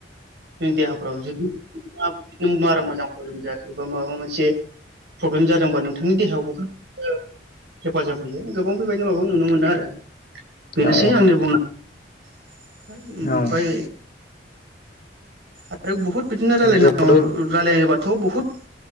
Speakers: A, on the right (about 65°); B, on the left (about 50°).
A: जोंनि देहाफ्राव जुदि बिदि बारा मोजां हजम जायाखै बा माबा मोनसे प्रब्लेम जादोंबा नोंथांनि देहायाव बुहुद हेफाजाब होयो गोबां बेबायदि माबा नुनो मोनो आरो। बेनोसै
B: औ
A: आंनि बुंनांगौआ <inaudible> ओमफ्राय
B: औ
A: आरो बुहुत बिदिनो रायलायनांगौ
B: औ जौखौथ'
A: रायलायोबाथ' बुहुद